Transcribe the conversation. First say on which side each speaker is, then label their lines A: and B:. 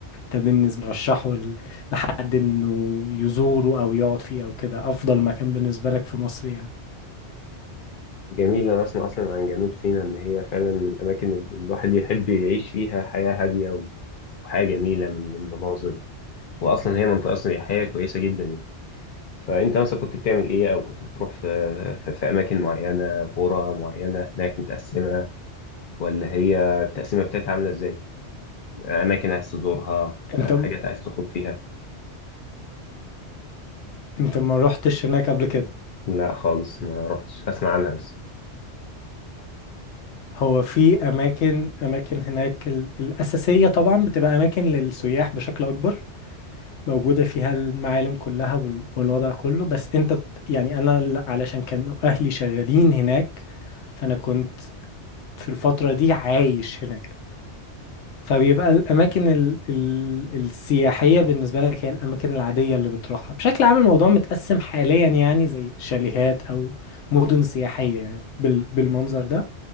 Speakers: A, on the left; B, on the left.
A: ده بالنسبه رشحه ل- لحد انه يزوره او يقعد فيه او كده افضل مكان بالنسبه لك في مصر يعني
B: جميل أنا أسمع أصلا عن جنوب سيناء إن هي فعلا من الأماكن اللي الواحد يحب يعيش فيها حياة هادية و- وحياة جميلة من من مناظر وأصلا هي منطقة سياحية كويسة جدا يعني فأنت مثلا كنت بتعمل إيه أو كنت بتروح في في, في أماكن معينة قرى معينة هناك متقسمة ولا هي التقسيمة بتاعتها عاملة إزاي؟ أماكن عايز تزورها أه،
A: انت
B: حاجات
A: م-
B: عايز تخرج فيها؟
A: انت ما روحتش هناك قبل كده
B: لا خالص ما رحتش أسمع عنها بس
A: هو في اماكن اماكن هناك ال- الاساسيه طبعا بتبقى اماكن للسياح بشكل اكبر موجوده فيها المعالم كلها وال- والوضع كله بس انت ت- يعني انا ل- علشان كانوا اهلي شغالين هناك فانا كنت في الفتره دي عايش هناك فبيبقى الأماكن ال ال السياحية بالنسبة لك هي الأماكن العادية اللي بتروحها بشكل عام الموضوع متقسم حاليا يعني زي شاليهات أو مدن سياحية يعني بال بالمنظر ده